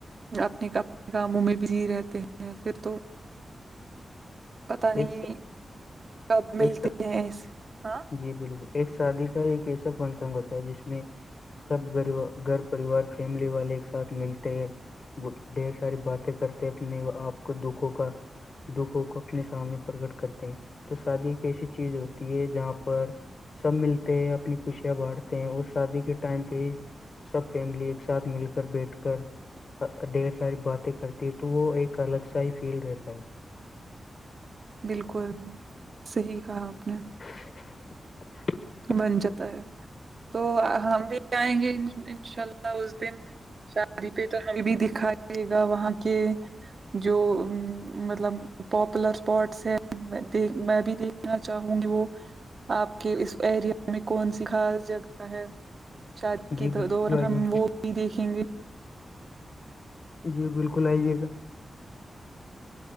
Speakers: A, on the right; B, on the left.
A: اپنے اپنے کاموں میں بزی رہتے ہیں پھر تو پتا نہیں
B: ایک
A: کب ملتی
B: ایک
A: ہیں ہاں
B: جی بالکل ایک شادی کا ایک ایسا فنکشن ہوتا ہے جس میں سب گ گھر پریوار فیملی والے ایک ساتھ ملتے ہیں ڈھیر ساری باتیں کرتے اپنے آپ کو دکھوں کا دکھوں کا اپنے سامنے پرکٹ کرتے ہیں تو شادی ایک ایسی چیز ہوتی ہے جہاں پر سب ملتے ہیں اپنی خوشیاں بانٹتے ہیں اور شادی کے ٹائم پہ سب فیملی ایک ساتھ مل کر بیٹھ کر ڈھیر ساری باتیں کرتی ہے تو وہ ایک الگ سا ہی فیل رہتا ہے
A: بالکل صحیح کہا آپ نے
B: <unintelligible>
A: بن جاتا ہے تو ہم بھی جائیں گے انشاء اللہ اس دن شادی پہ تو ہمیں بھی دکھائیے گا وہاں کے جو مطلب پاپولر اسپاٹس ہے دیک میں بھی دیکھنا چاہوں گی وہ آپ کے اس ایریا میں کون سی خاص جگہ ہے شادی
B: جی
A: کے
B: بالکل
A: دور
B: آئیے
A: ہم
B: گا
A: وہ بھی دیکھیں گے
B: جی بالکل آئیے گا